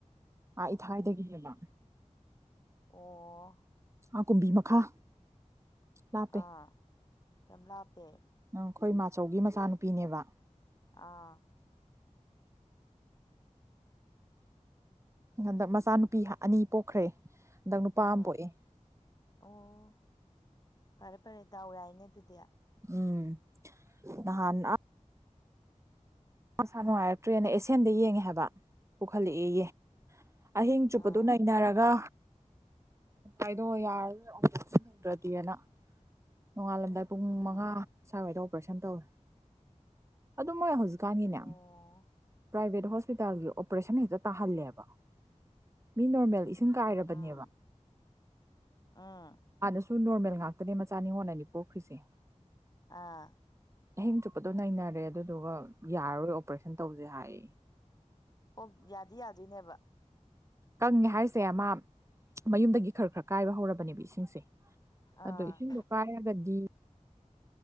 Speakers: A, on the right (about 25°); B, on the left (about 35°).
A: ꯑꯥ ꯏꯊꯥꯏꯗꯒꯤꯅꯦꯕ
B: ꯑꯣ
A: ꯑꯥ ꯀꯨꯝꯕꯤ ꯃꯈꯥ ꯂꯥꯞꯄꯦ
B: ꯑꯥ ꯌꯥꯝꯂꯄꯦ
A: ꯑꯩꯈꯣꯏ ꯃꯥꯆꯧꯒꯤ ꯃꯆꯥꯅꯨꯄꯤꯅꯦꯕ
B: ꯑꯥ
A: ꯍꯟꯗꯛ ꯃꯆꯥꯅꯨꯄꯤ ꯑꯅꯤ ꯄꯣꯛꯈ꯭ꯔꯦ ꯍꯟꯗꯛ ꯅꯨꯄꯥ
B: ꯎꯝ
A: ꯑꯃ ꯄꯣꯛꯏ
B: ꯑꯣ ꯐꯔꯦ ꯐꯔꯦ ꯗꯥꯎ ꯌꯥꯏꯅꯦ ꯑꯗꯨꯗꯤ
A: ꯎꯝ ꯅꯍꯥꯟ ꯃꯥꯁꯥ ꯅꯨꯡꯉꯥꯏꯔꯛꯇ꯭ꯔꯦꯅ ꯑꯦꯁꯤꯌꯥꯦꯟꯗ ꯌꯦꯡꯉꯦ ꯍꯥꯏꯕ ꯄꯨꯈꯠꯂꯛꯑꯦꯌꯦ ꯑꯍꯤꯡ ꯆꯨꯞꯄꯗꯨ
B: ꯑꯥ
A: ꯅꯩꯅꯔꯒ ꯥꯏꯗꯣ ꯌꯥꯔꯗꯤꯅ ꯅꯣꯡꯉꯥꯜꯂꯝꯗꯥꯏ ꯄꯨꯡ
B: ꯎꯝ
A: ꯃꯉꯥ ꯁ꯭ꯋꯥꯏꯋꯥꯏꯗ ꯑꯣꯄꯔꯦꯁꯟ ꯇꯧꯔꯦ ꯑꯗꯨ ꯃꯣꯏ ꯍꯧꯖꯤꯛ ꯀꯥꯡꯉꯤꯅ
B: ꯑꯣ
A: ꯄ꯭ꯔꯥꯏꯚꯦꯠ <unintelligible> ꯁꯤꯡ ꯀꯥꯏꯔꯕꯅꯦꯕ
B: ꯎꯝ ꯎꯝ
A: ꯁꯨ ꯅꯣꯔꯃꯦꯜ ꯉꯥꯛꯇꯅꯦ ꯃꯆꯥꯅꯤꯉꯣꯜꯅꯅꯤ ꯄꯣꯛꯈ꯭ꯔꯤꯁꯦ
B: ꯑꯥ
A: ꯑꯍꯤꯡ ꯆꯨꯞꯄꯗꯣ ꯅꯩꯅꯔꯦ ꯑꯗꯨꯗꯨꯒ ꯌꯥꯔꯔꯣꯏ ꯑꯣꯄꯔꯦꯁꯟ ꯇꯧꯁꯦ ꯍꯥꯏ
B: ꯄꯣ ꯌꯥꯗꯤ ꯌꯥꯗꯣꯏꯅꯦꯕ
A: ꯀꯪꯉꯦ ꯍꯥꯏꯁꯦ ꯃꯥ ꯃꯌꯨꯝꯗꯒꯤ ꯈꯔ ꯈꯔ ꯀꯥꯏꯕ ꯍꯧꯔꯕꯅꯦꯕ ꯏꯁꯤꯡꯁꯦ
B: ꯑꯥ
A: ꯑꯗꯣ ꯏꯁꯤꯡꯗꯣ ꯀꯥꯏꯔꯒꯗꯤ